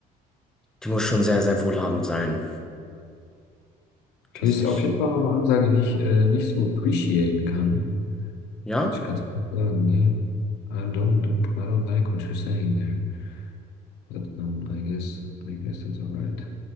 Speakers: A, in the centre; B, on the left.
A: Die muss schon sehr, sehr wohlhabend sein. Das
B: Okay, ist
A: mich,
B: auf jeden Fall mal eine Ansage, die ich äh, nicht so appreciaten kann.
A: ja?
B: Ich kann es nicht sagen, ne? I don't, I don't like what you're saying there. But um, I guess, I guess that's alright.